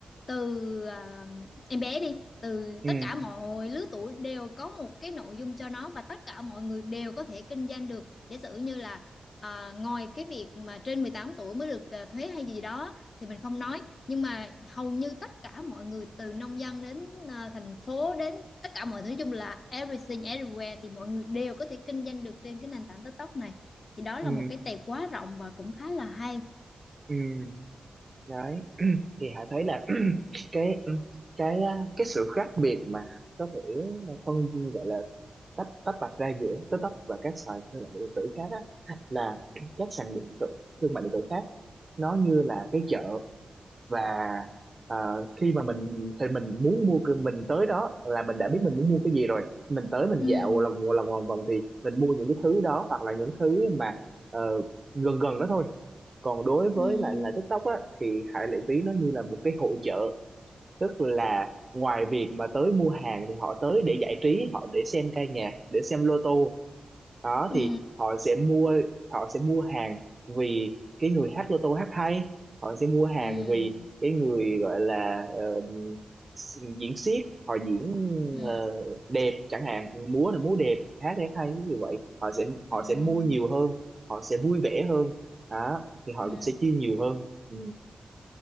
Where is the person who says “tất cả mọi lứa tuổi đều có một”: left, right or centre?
Left